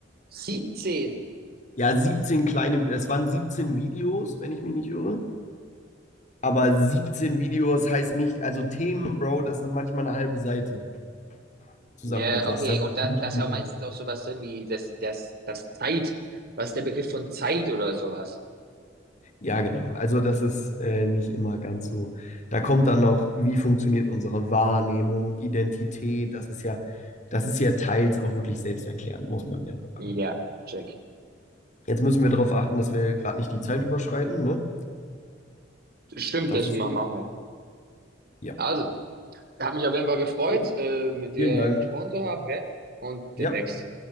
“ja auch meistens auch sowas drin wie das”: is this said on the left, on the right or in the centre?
Right